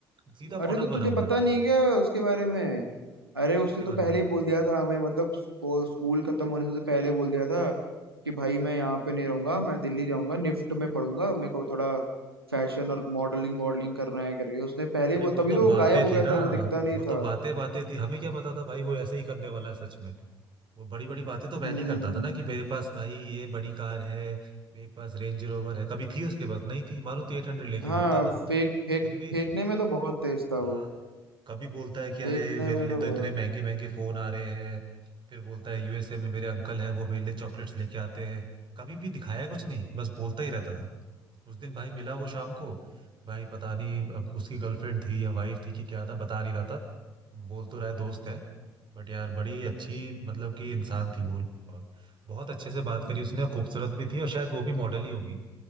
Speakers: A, on the right; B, on the right.
A: सीधा मॉडल
B: अरे तो तुझे
A: बना हुआ
B: पता
A: है
B: नहीं क्या उसके बारे में अरे उसने
A: इसके बारे
B: तो पहले
A: में
B: ही बोल दिया था हमें मतलब स्कू- स्कूल खत्म होने से पहले बोल दिया था कि भाई मैं यहाँ पे नहीं रहूंगा मैं दिल्ली जाऊंगा निफ्ट में पढ़ूंगा मेरे को थोड़ा फैशन और मॉडलिंग वॉडलिंग करना है करके उसने पहले
A: अरे
B: ही बोल
A: वो
B: तभी
A: तो
B: तो
A: बातें
B: वो गायब हो
A: थी
B: गया
A: ना
B: था वो दिखता नहीं
A: वो
B: था
A: तो बातें बातें थी हमें क्या पता था भाई वो ऐसे ही करने वाला है सच में वो बड़ी बड़ी बातें तो पहले
B: हम्म
A: ही करता था ना कि मेरे पास भाई ये बड़ी कार है मेरे पास रेंज रोवर है कभी थी उसके पास नहीं थी मारुति एट हंड्रेड लेके
B: हाँ
A: घूमता था
B: फेंक फेंक
A: फिर भी
B: फेंकने में तो बहुत तेज था वो
A: हाँ कभी बोलता है कि अरे
B: फेंकने
A: मेरे
B: में
A: लिए
B: तो
A: तो
B: बहुत
A: इतने महंगे महंगे फोन आ रहे हैं फिर बोलता है यूएसए में मेरे अंकल है वो मेरे लिए चॉकलेट्स लेके आते हैं कभी भी दिखाया कुछ नहीं बस बोलता ही रहता था उस दिन भाई मिला वो शाम को भाई पता नहीं अब उसकी गर्लफ्रेंड थी या वाइफ थी कि क्या था बता नहीं रहा था बोल तो रहा है दोस्त है बट यार बड़ी अच्छी मतलब कि इंसान थी वो और बहुत अच्छे से बात
B: था
A: करी उसने खूबसूरत भी थी और शायद वो भी मॉडल ही होगी